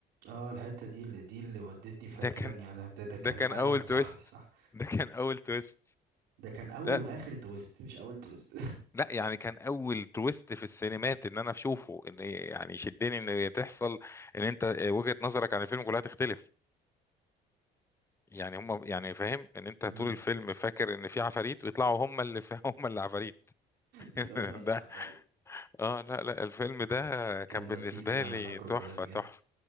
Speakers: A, on the right; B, on the left.
A: اه الحتة دي اللي دي اللي ودتني في
B: ده
A: حتة
B: كان
A: تانية ده, ده, ده كان
B: ده كان
A: ألم
B: أول
A: صح
B: تويست
A: صح
B: ده كان أول تويست
A: ده كان أول
B: لا
A: وآخر تويست مش أول تويست
B: لا يعني كان اول تويست في السينمات ان انا اشوفه ان يعني شدني ان تحصل ان انت آه، وجهة نظرك عن الفيلم كلها تختلف يعني هم يعني فاهم ان انت
A: <laughs>
B: طول الفيلم فاكر ان في عفاريت ويطلعوا هم اللي <laughs> هم اللي عفاريت
A: اللي
B: <laughs>
A: هو العفاريت
B: ده اه لا لا الفيلم ده كان
A: كان
B: بالنسبة
A: لطيف لا
B: لي
A: انا فاكره
B: تحفة
A: كويس جدا
B: تحفة